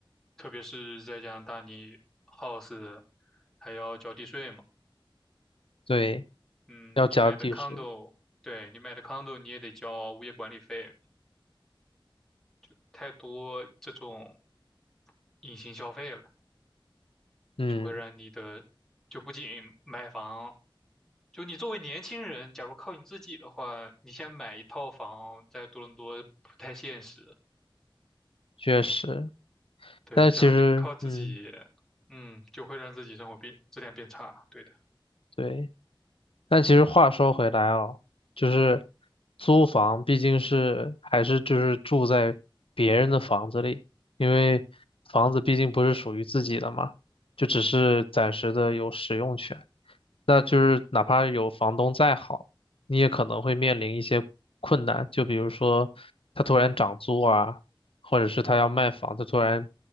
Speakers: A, in the centre; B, on the left.
A: 特别是在加拿大，你 house 还要交地税嘛。
B: 对，
A: 嗯，
B: 要交地税。
A: 你买的 condo，对，你买的 condo 你也得交物业管理费，就太多这种隐形消费了，
B: 嗯，
A: 就会让你的，就不仅买房，就你作为年轻人，假如靠你自己的话，你先买一套房在多伦多不太现实。
B: 确实。
A: 对，
B: 但其实，
A: 假如你靠自己，
B: 嗯，
A: 嗯，就会让自己生活变质量变差。对的。
B: 对。但其实话说回来哦，就是租房毕竟是还是就是住在别人的房子里，因为房子毕竟不是属于自己的嘛，就只是暂时的有使用权。
A: 嗯
B: 那就是哪怕有房东再好，你也可能会面临一些困难，就比如说他突然涨租啊，或者是他要卖房，他突然